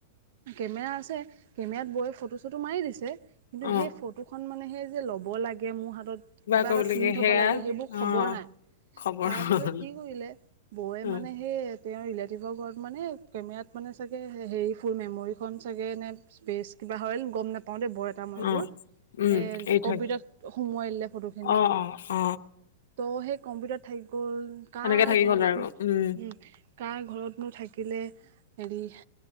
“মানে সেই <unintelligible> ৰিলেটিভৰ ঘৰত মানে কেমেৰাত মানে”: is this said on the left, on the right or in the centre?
Right